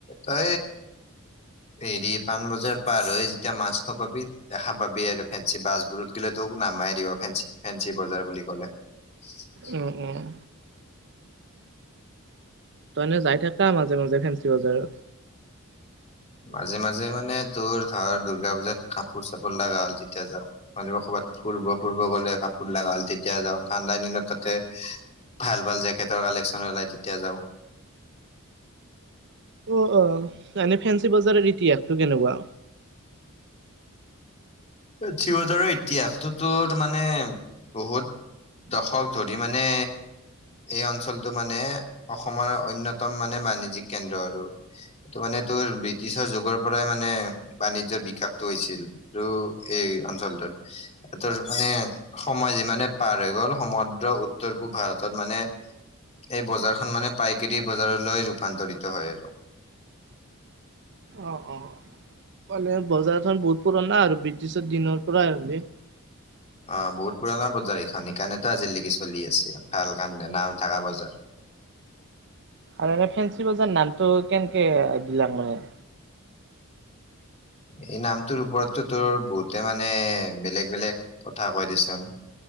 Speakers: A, on the left; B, on the right.
A: ত হেৰি পাণ বজাৰ পাৰ হৈ যেতিয়া মাছখোৱা পাবি দেখা পাবি আৰু ফেঞ্চি বাছবোৰত গেলি তোক নামাই দিব ফে ফেঞ্চি বজাৰ বুলি ক'লে। <unintelligible>
B: উম উম তই এনে যাই থাকা মাজে মাজে ফেঞ্চি বজাৰত
A: মাজে মাজে মানে তোৰ ধৰ দুৰ্গা পূজাত কাপোৰ চাপোৰ লাগা হ'লে তেতিয়া যাওঁ মানে মই ক'বাত ফুৰিব ফুৰিব গ'লে কাপোৰ লগা হ'ল তেতিয়া যাওঁ ঠাণ্ডাৰ দিনত তাতে ভাল ভাল জেকেটৰ কালেকশ্চন ওলাই তেতিয়া যাওঁ
B: অ অ মানে ফেঞ্চি বজাৰৰ ইতিহাসটো কেনেকুৱা?
A: ফেঞ্চি বজাৰৰ ইতিহাসটোতো মানে বহুত দশক ধৰি মানে এই অঞ্চলটো মানে অসমৰ অন্যতম মানে বাণিজ্যিক কেন্দ্ৰ আৰু এইটো মানে তোৰ ব্ৰিটিছৰ যুগৰ পৰাই মানে বাণিজ্যৰ বিকাশটো হৈছিল ৰু এই অঞ্চলটোত এতোৰ মানে সময় যিমানে পাৰ হৈ গ'ল সমগ্ৰ উত্তৰ পূব ভাৰতত মানে এই বজাৰখন মানে পাইকেৰী বজাৰলৈ ৰূপান্তৰিত হয় আৰু
B: অ অ মানে বজাৰখন বহুত পুৰণা আৰু বৃ টিছৰ দিনৰ পৰাই আৰু আহিলে
A: অ বহুত পুৰণা বজাৰ এইখন সেইকাৰণেতো আজিলৈকে চলি আছে ভাল কাৰণে নাম থাকা বজাৰ
B: আৰু এনে ফেঞ্চি বজাৰ নামটো কেনকে দিলাং মানে
A: এই নামটোৰ ওপৰটো তোৰ বহুতে মানে বেলেগ বেলেগ কথা কয় দেচোন